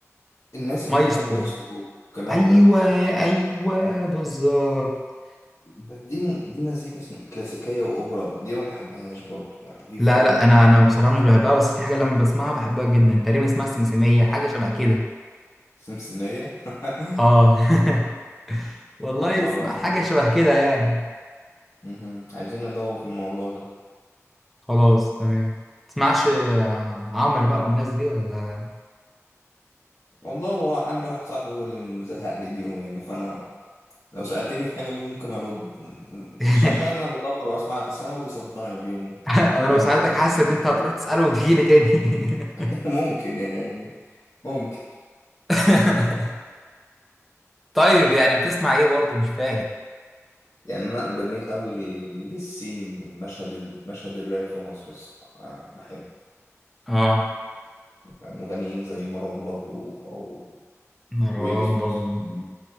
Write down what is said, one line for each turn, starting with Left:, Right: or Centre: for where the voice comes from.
Left: الناس
Centre: مايسترو
Left: اللي هم المايسترو الكلام
Centre: ايوه
Left: ده
Centre: ايوه بالظبط
Left: بس دي م- دي مزيكا اسم- كلاسيكيه واوبرا دي ما بحبهاش برضه يعني في فرق
Centre: لا لا انا
Left: فاهم
Centre: انا بصراحه مش بحبها بس في حاجه لما بسمعها بحبها جدا تقريبا اسمها السمسميه حاجه شبه كده
Left: سمسميه <laughs>
Centre: اه <laughs> والله
Left: اول مره
Centre: اسمع
Left: اسمع
Centre: حاجه شبه كده يعني
Left: مهم. عايزين ندور في الموضوع ده
Centre: خلاص تمام تسمعش عمرو بقى والناس دي ولا
Left: والله هو عندي واحد صاحبي هو اللي مزهقني بيهم يعني فانا لو سألتني في حاجة بيهم ممكن أرد
Centre: <laughs>
Left: مش عشان أنا بدور وأسمعها بس أنا ما بيصدقني بيهم
Centre: <laughs> انا
Left: ولازم
Centre: لو سألتك
Left: واحد يقول
Centre: حاسس ان
Left: لي.
Centre: انت هتروح تسأله وتيجي لي تاني <laughs>
Left: <laughs> ممكن يعني ممكن
Centre: <laughs> طيب يعني بتسمع ايه برضه مش فاهم
Left: يعني أنا بميل أوي لل- للسين مشهد مشهد الراب في مصر الصراحة أنا بحب
Centre: اه
Left: مغنيين زي مروان بابلو او
Centre: مروان
Left: ويجز مثلا
Centre: بابلو